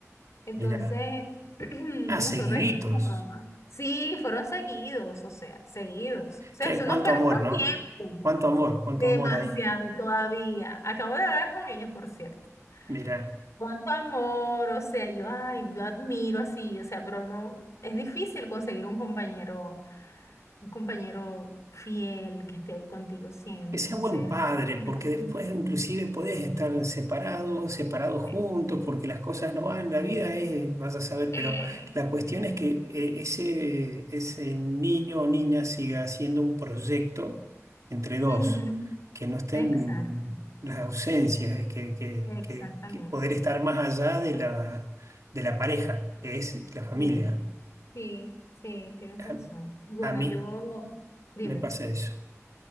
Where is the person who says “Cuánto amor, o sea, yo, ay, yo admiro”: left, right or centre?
Left